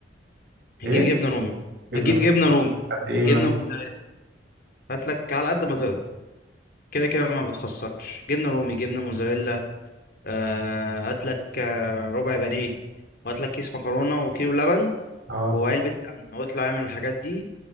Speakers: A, on the left (about 55°); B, on the right (about 60°).
A: هجيب
B: ايه
A: جبنة رومي
B: جبنه
A: هجيب
B: رومي؟
A: جبنة رومي
B: قد ايه مثلا
A: جبنة موزاريلا هاتلك على قد ما تقدر كده كده ما بتخسرش جبنة رومي جبنة موزاريلا آه، هاتلك آه، ربع بانيه وهاتلك كيس مكرونة وكيلو لبن
B: اه
A: وعلبة سمنة واطلع اعمل الحاجات دي